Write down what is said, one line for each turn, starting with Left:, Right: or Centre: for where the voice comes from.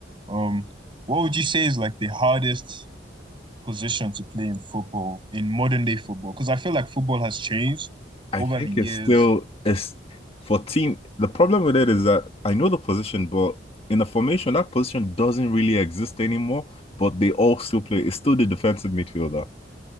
Right: Um, what would you say is like the hardest position to play in football, in modern day football? Because I feel like football has changed
Left: I
Right: over
Left: think
Right: the years.
Left: it's still it's for team. The problem with it is that I know the position, but in the formation, that position doesn't really exist anymore. But they all still play. It's still the defensive midfielder.